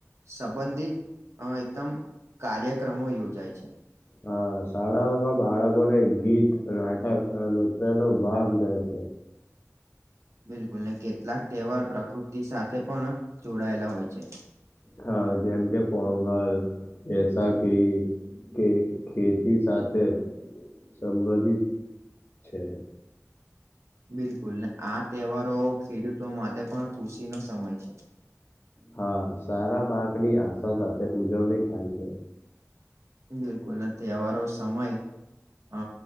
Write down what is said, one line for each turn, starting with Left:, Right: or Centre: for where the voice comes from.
Right: સંબંધિત અ એકદમ કાર્યક્રમો યોજાય છે.
Left: હ શાળાઓમાં બાળકોને ગીત નાટક અને નૃત્ય નો ભાગ લે છે. હ <inaudible>
Right: બિલકુલ ને કેટલાક તહેવાર પ્રકૃતિ સાથે પણ જોડાયેલા હોય છે.
Left: હા જેમ કે પોંગલ બેસાખી કે ખેતી સાથે સંબંધિત છે.
Right: બિલકુલને આ તહેવારો ખેડૂતો માટે પણ ખુશીનો સમય છે.
Left: હા સારા પાકની આશા સાથે ઉજવણી થાય છે.
Right: બિલકુલ નથી તહેવારો સમય અ